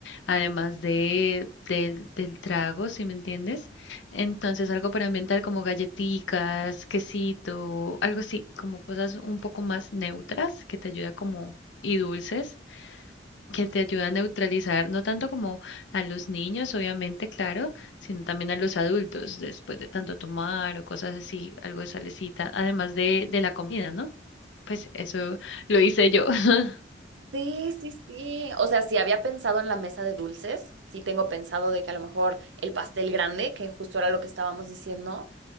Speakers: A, on the left; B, on the right.
A: además de, del, del trago, si me entiendes. Entonces, algo para ambientar como galletitas, quesito, algo así, como cosas un poco más neutras que te ayuda como y dulces que te ayuda a neutralizar, no tanto como a los niños, obviamente, claro, sino también a los adultos, después de tanto tomar o cosas así, algo de salecita, además de, de la comida, ¿no? Pues eso lo hice yo. <laughs>
B: Sí, sí, sí. O sea, si había pensado en la mesa de dulces, sí tengo pensado de que a lo mejor el pastel grande, que justo era lo que estábamos diciendo,